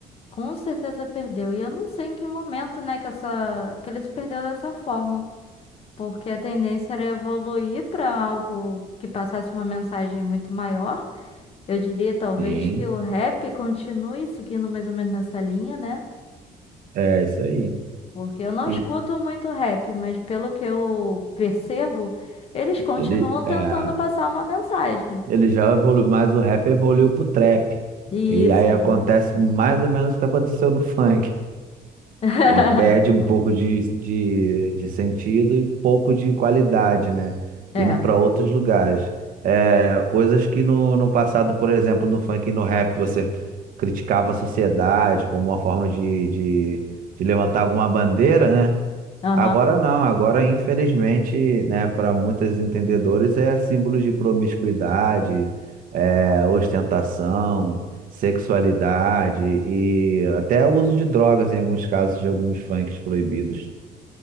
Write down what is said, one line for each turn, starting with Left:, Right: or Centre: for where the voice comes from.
Left: Com certeza perdeu. E eu não sei em que momento, né, que essa que ele se perdeu dessa forma, porque a tendência era evoluir para algo que passasse uma mensagem muito maior. Eu diria talvez
Right: Sim,
Left: que o rap continue seguindo mais ou menos nessa linha, né?
Right: é isso aí.
Left: Porque eu não
Right: E
Left: escuto muito rap, mas pelo que eu percebo, eles continuam
Right: ele,
Left: tentando
Right: é.
Left: passar uma mensagem.
Right: Ele já evoluiu, mas o rap evoluiu pro trap.
Left: Isso,
Right: E aí
Left: é
Right: acontece
Left: uma mensagem.
Right: mais ou menos o que aconteceu no <laughs> funk.
Left: <laughs>
Right: Ele perde um pouco de, de, de sentido e um pouco de qualidade, né?
Left: É,
Right: Indo para outros lugares. É, coisas que no, no passado, por exemplo, no funk e no rap, você criticava a sociedade como uma forma de, de, de levantar alguma bandeira, né?
Left: aham.
Right: Agora não, agora infelizmente, né, para muitos entendedores é símbolo de promiscuidade, é, ostentação, sexualidade e até uso de drogas em alguns casos de alguns funks proibidos.